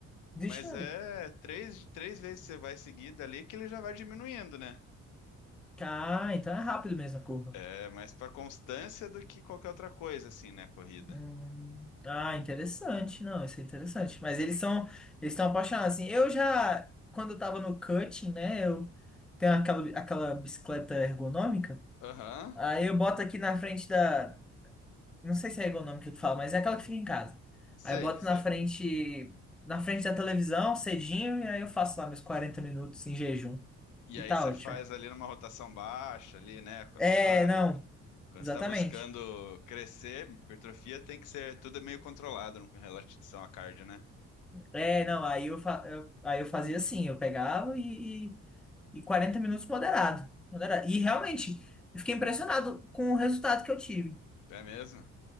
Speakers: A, in the centre; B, on the left.
A: Deixa
B: Mas
A: eu
B: é
A: ver.
B: três, três vezes você vai seguida ali que ele já vai diminuindo, né?
A: Ah, então é rápido mesmo a curva.
B: É mais pra constância do que qualquer outra coisa, assim, né, corrida.
A: Hum. Ah, interessante. Não, isso é interessante. Mas eles são, eles estão apaixonados. Assim, eu já, quando eu tava no cutting, né? Eu tenho aquela, aquela bicicleta ergonômica.
B: Aham.
A: Aí eu boto aqui na frente da. Não sei se é ergonômica que fala, mas é aquela que fica em casa.
B: Sei,
A: Aí eu boto
B: sei.
A: na frente. Na frente da televisão, cedinho, e aí eu faço lá meus 40 minutos em jejum.
B: E
A: E
B: aí
A: tá
B: você
A: ótimo.
B: faz ali numa rotação baixa ali, né? Quando
A: É,
B: está
A: não,
B: quando
A: exatamente.
B: está buscando crescer, hipertrofia tem que ser tudo é meio controlado em relação à cardio, né?
A: É, não, aí eu, fa- eu- aí eu fazia assim, eu pegava e, e, e 40 minutos moderado, moderado. E
B: Sim.
A: realmente, eu fiquei impressionado com o resultado que eu tive.
B: É mesmo?